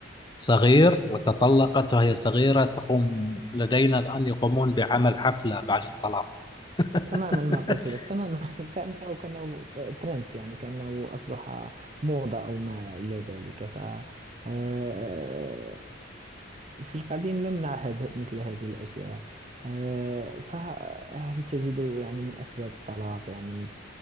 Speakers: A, on the left; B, on the right.
A: صغير وتطلقت وهي صغيرة تقوم لدينا الآن يقومون بعمل حفلة بعد الطلاق
B: تماما
A: <laughs>
B: ما قلت لك تماما <laughs> كأنه كأنه ترندس يعني كأنه أصبح موضة أو ما إلى ذلك ف آه، في القديم لم نعهد مثل هذه الأشياء آه، فهل تجد يعني من أسباب الطلاق يعني